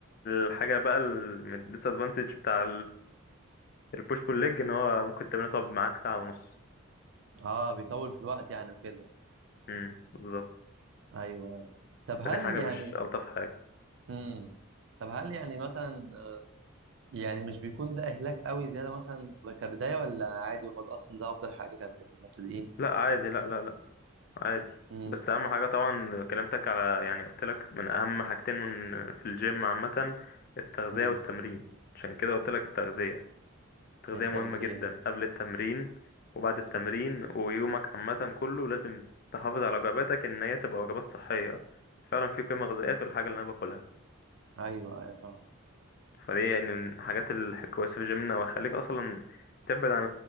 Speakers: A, on the left; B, on the right.
A: الحاجة بقى الديس ادفانتج بتاع البوش بول ليج ان هو ممكن تمرينها تقعد معاك ساعة ونص
B: اه بيطول في الوقت يعني وكده
A: امم بالظبط
B: ايوه ايوه طب هل
A: فدي حاجة
B: يعني
A: مش ألطف حاجة
B: امم طب هل يعني مثلا يعني مش بيكون ده اهلاك قوي زياده مثلا كبدايه ولا عادي هو ده اصلا ده افضل حاجه للمبتدئين
A: لا عادي لا لا لا عادي
B: امم
A: بس اهم حاجه طبعا كلمتك على يعني قلت لك من اهم حاجتين من- في الجيم عامه التغذيه
B: امم
A: والتمرين عشان كده قلت لك التغذيه التغذيه
B: التغذيه
A: مهمه جدا قبل التمرين وبعد التمرين ويومك عامه كله لازم تحافظ على وجباتك ان هي تبقى وجبات صحيه فعلا في قيمه غذائيه في الحاجه اللي انا باكلها
B: ايوه ايوه فاهم
A: فدي يعني من الحاجات الكويسه في جيمنا وهيخليك اصلا تبعد عن